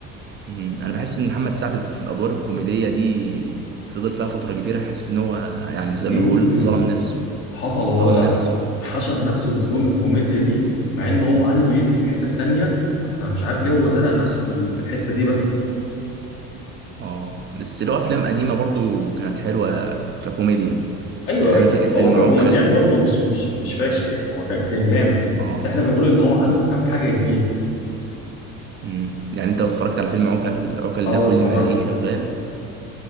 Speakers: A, on the right (about 30°); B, on the left (about 75°).
A: مم، انا بحس ان محمد سعد في الادوار الكوميدية دي فضل فيها فترة كبيرة احس ان هو يعني
B: كتير
A: زي ما بقول ظلم نفسه
B: حصل هو
A: ظلم نفسه
B: حشر نفسه في زون الكوميديا دي مع ان هو عنده يدي في حته تانية فمش عارف ليه هو زنق نفسه في ال- في الحته دي بس
A: اه بس له افلام قديمة برضو كانت حلوة ككوميديا
B: ايوه
A: يعني انا فاكر فيلم
B: هو ككوميديان
A: عوكل
B: برضه مش مش مش فاشل يعني هو كان كان جامد
A: اه
B: بس احنا بنقول ان هو
A: مم،
B: عنده كام حاجه يديها
A: مم. يعني انت لو اتفرجت على فيلم عوكل عوكل
B: اه
A: ده كل
B: اتفرجت
A: ما الاقيه شغال